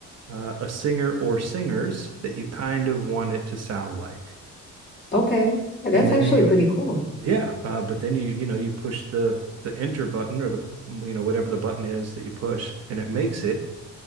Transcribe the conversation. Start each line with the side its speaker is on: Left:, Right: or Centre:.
Right: uh, a singer or singers that you kind of want it to sound like.
Left: Okay. Yeah, that's
Right: And then
Left: actually
Right: you
Left: pretty cool.
Right: Yeah, uh, but then you you know you push the the enter button or the you know whatever the button is that you push, and it makes it.